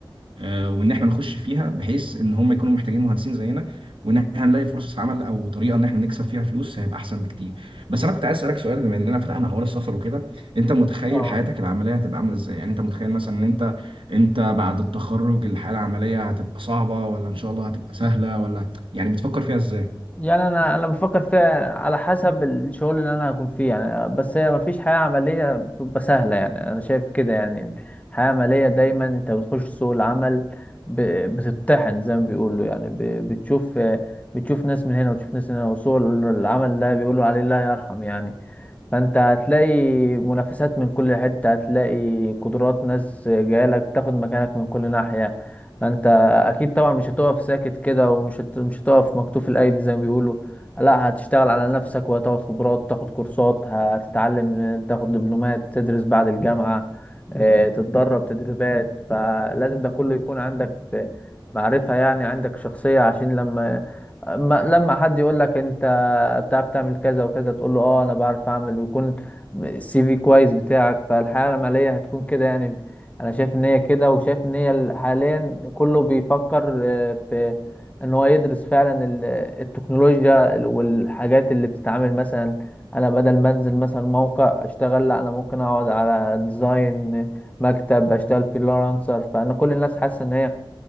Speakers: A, on the right; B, on the left.
A: آه، وان احنا نخش فيها بحيث ان هم يكونوا محتاجين مهندسين زينا وان احنا نلاقي فرصة عمل او طريقة ان احنا نكسب فيها فلوس هيبقى احسن بكتير بس انا كنت عايز اسالك سؤال بما اننا فتحنا حوار السفر وكده انت متخيل
B: اه
A: حياتك العملية هتبقى عاملة ازاي يعني انت متخيل مثلا ان انت انت بعد التخرج الحياة العملية هتبقى صعبة ولا ان شاء الله هتبقى سهلة ولا يعني بتفكر فيها ازاي
B: يعني انا انا بفكر فيها على حسب الشغل اللي انا هكون فيه يعني بس هي مفيش حياة عملية بتبقى سهلة يعني انا شايف كده يعني الحياة العملية دايما انت بتخش سوق العمل ب- بتتطحن زي ما بيقولوا يعني ب- بتشوف بتشوف ناس من هنا وتشوف ناس من هنا وسوق العمل ده بيقولوا عليه لا يرحم يعني فانت هتلاقي منافسات من كل حتة هتلاقي قدرات ناس جايلك تاخد مكانك من كل ناحية فانت اكيد طبعا مش هتقف ساكت كده ومش هت... مش هتقف مكتوف الايدي زي ما بيقولوا لا هتشتغل على نفسك وهتاخد خبرات تاخد كورسات هتتعلم تاخد دبلومات تدرس بعد الجامعة آه، تتدرب تدريبات فلازم ده كله يكون عندك في معرفة يعني عندك شخصية عشان لما ما- لما حد يقول لك انت بتعرف تعمل كذا وكذا تقول له اه انا بعرف اعمل ويكون السي في كويس بتاعك فالحياة العملية هتكون كده يعني انا شايف ان هي كده وشايف ان هي ال- حاليا كله بيفكر آه، في ان هو يدرس فعلا ال- التكنولوجيا ال- والحاجات اللي بتتعامل مثلا انا بدل ما انزل مثلا موقع اشتغل لا انا ممكن اقعد على ديزاين مكتب اشتغل فريلانسر فانا كل الناس حاسه ان هي